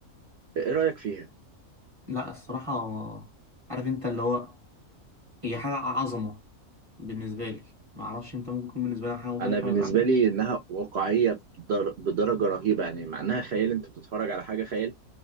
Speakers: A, on the right (about 65°); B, on the right (about 30°).
A: ايه رأيك فيها
B: لا الصراحه عارف انت اللي هو هي حاجه عظمه بالنسبه لي ما اعرفش انت ممكن يكون بالنسبه لك حاجه مختلفه
A: انا بالنسبة
B: عن-
A: لي انها واقعية بدر- بدرجة رهيبة يعني مع انها خيال انت بتتفرج على حاجة خيال